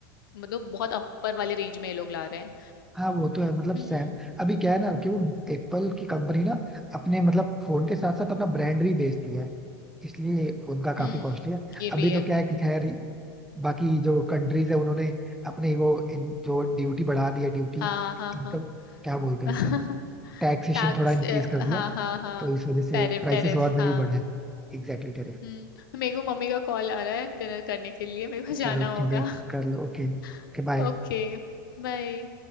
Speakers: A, on the left (about 90°); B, in the centre.
A: मतलब बहुत अपर वाले रेंज में ये लोग ला रहे हैं
B: हाँ वो तो है मतलब
A: हम्म
B: सैम अभी क्या है ना कि वो एप्पल की कंपनी ना अपने मतलब फोन के साथ साथ अपना ब्रांड भी बेचती है इसलिए उनका काफी
A: हम्म
B: कॉस्टली है
A: ये
B: अभी
A: भी
B: तो
A: है
B: क्या है कि खैर बाकी जो कंट्रीज है उन्होंने अपनी वो इन, जो ड्यूटी बढ़ा दी है ड्यूटी
A: हाँ हाँ
B: इनकम
A: हाँ
B: क्या बोलते
A: <laughs>
B: हैं उसे टैक्सेशन
A: टैक्स
B: थोड़ा इंक्रीज कर दिया
A: हाँ हाँ हाँ
B: तो इस वजह से
A: टैरिफ
B: प्राइसेस
A: टैरिफ
B: और में
A: हाँ
B: भी बढ़े Exactly exactly, tariff।
A: हम्म मेरे को मम्मी का कॉल आ रहा है डिनर करने के लिए मेरे को
B: चलो
A: जाना
B: ठीक
A: होगा
B: है कर लो ओके
A: <laughs>
B: बाय
A: ओके बाय